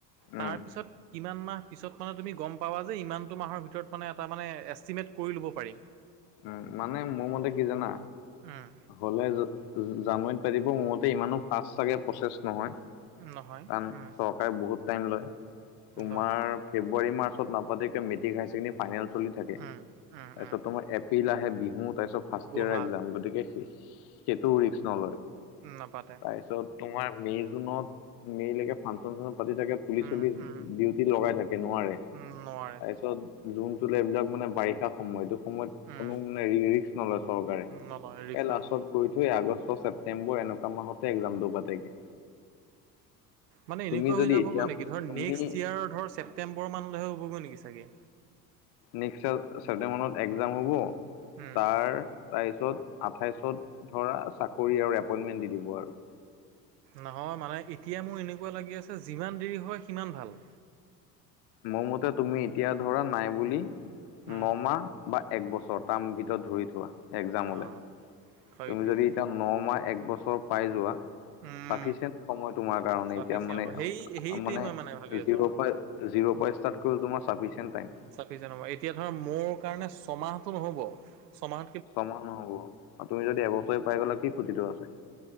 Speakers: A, on the left; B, on the right.
A: উম,
B: তাৰপিছত কিমান মান পিছত মানে তুমি গম পাবা যে ইমানটো মাহৰ ভিতৰত মানে এটা মানে এষ্টিমেট কৰি ল'ব পাৰি
A: উম মানে মোৰ মতে কি জানা
B: উম,
A: হলে জানুৱাৰীত পাতিব মোৰ মতে ইমানো ফাষ্ট চাগে প্ৰচেছ নহয়
B: নহয়
A: কাৰণ
B: উম,
A: চৰকাৰে বহুত টাইম লয় তোমাৰ
B: লয়
A: ফেব্ৰুৱাৰী মাৰ্চত নাপাতিকে মেট্ৰিক হায়াৰ ছেকেণ্ডাৰী ফাইনেল চলি থাকে
B: উম, উম,
A: তাৰপিছত
B: উম।
A: তোমাৰ এপ্ৰিল আহে বিহু তাৰপিছত ফাৰ্ষ্ট
B: বহাগ
A: ইয়াৰ একজাম গতিকে সে সেইটোও ৰিস্ক নলয়।
B: নাপাতে
A: তাৰপিছত তোমাৰ মে' জুনত মে লৈকে ফাংচন চাংচন পাতি থাকে। পুলিচ
B: উম
A: চুলিচ
B: উম
A: ডিউটি লগাই থাকে নোৱাৰে তাৰপিছত
B: উম নোৱাৰে
A: জোনটো এইবিলাক মানে বাৰিষা সময় এইটো সময়ত
B: উম
A: কোনো মানে ৰিক্স নলয় চৰকাৰে
B: নলয় ৰিক্স
A: এই লাষ্টত
B: নলয়
A: গৈ থৈ আগষ্ট ছেপ ছেপ্টেম্বৰ এনেকোৱা মাহতে এক্সজাম টো পাতেগে
B: মানে
A: তুমি
B: এনেকুৱা
A: যদি
B: হৈ যাবগৈ
A: এতিয়া
B: নেকি ধৰ
A: তুমি
B: নেক্স ইয়াৰৰ ছেপ্টেবৰমানলৈহে হ'বগৈ নেকি ছাগে
A: নেক্স ছেপ্টেম্বৰত মানত এক্সজাম হ'ব
B: উম
A: তাৰ তাপাছত আঠাইছত ধৰা চাকৰি আৰু এপইন্টমেন্ট দি দিব আৰু।
B: নহয় মানে এতিয়া মোৰ এনেকুৱা লাগি আছে যিমান দেৰি হয় সিমান ভাল
A: মোৰ মতে তুমি এতিয়া ধৰা নাই বুলি
B: উম
A: নমাহ বা এক বছৰ তাৰ ভিতৰত ধৰি থোৱা এক্সজামলে
B: অ সেইটোৱে
A: তুমি যদি এতিয়া ন মাহ এক বছৰ পাই যোৱা
B: উম
A: ছাফিচিয়েণ্ট সময় তোমাৰ কাৰণে
B: চাফিচিয়েণ্ট
A: এতিয়া মানে
B: হয় সেই সেইটোৱে
A: মানে
B: মই ভাবি আছো
A: জিৰ' পৰা জিৰ' পৰা ষ্টাৰ্ট কৰি তোমাৰ চাফিচিয়েন্ট পায়
B: চাফিচিয়েন্ট পৰা এতিয়া ধৰা মোৰ কাৰণে ছমাহটো নহ'ব ছমাহ
A: ছমাহ নহব আপুনি যদি এবছৰে পাই গ'লে কি ক্ষতিটো আছে।